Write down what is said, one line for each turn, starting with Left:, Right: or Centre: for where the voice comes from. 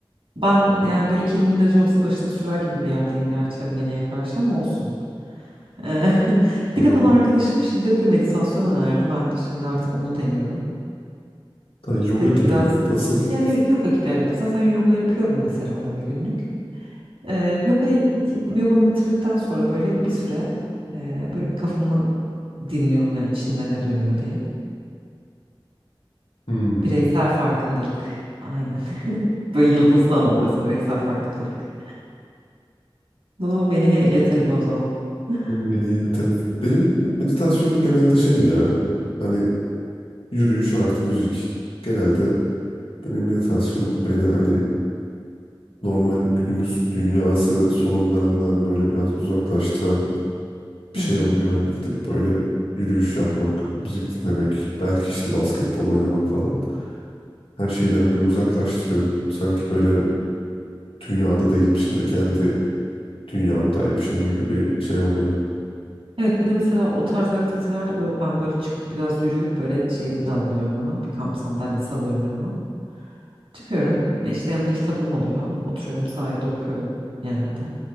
Right: Ben yani böyle kelinin acı olsa başına sürer gibi bir yerdeyim gerçi hani meleğe karşı ama olsun. Eee, <laughs>
Left: olabilir.
Right: bir de bana arkadaşım şiddetle meditasyon önerdi. Ben şimdi artık onu deniyorum.
Left: Ha, yoga
Right: Dedi
Left: gibi
Right: ki biraz
Left: mi? Nasıl?
Right: ya yo- yoga gibi evet. Zaten yoga yapıyorum mesela böyle günlük. Eee yogayı, yogamı bitirdikten sonra böyle bir süre eee, böyle bir kafamı dinliyorum yani içinde ne dönüyor diye.
Left: Hmm.
Right: Bireysel farkındalık. Aynen. <laughs> Böyle yıldızlı ama burası bireysel farkındalık. Bunu Melih'e iletelim o zaman. <laughs>
Left: Onu Melih'e iletelim. Benim meditasyonum genelde şey ya. Hani yürüyüş artı müzik. Genelde benim meditasyonum bu beni hani normal günümüz dünyası sorunlarından böyle biraz uzaklaştıran
Right: Hı
Left: bir şey
Right: hı.
Left: oluyor. Hani gidip böyle yürüyüş yapmak, müzik dinlemek, belki işte basketbol oynamak falan. Her şeyden bir uzaklaştırıyor. Sanki böyle dünyada değilmişim de kendi dünyamdaymışım gibi bir şey oluyor.
Right: Evet bir de mesela o tarz aktivitelerde böyle ben böyle çıkıp biraz yürüyüp böyle şeyimi de alıyorum yanıma. Bir kamp sandalyesi alıyorum yanıma. Çıkıyorum işte yanımda kitabım oluyor. Oturuyorum sahilde okuyorum genelde.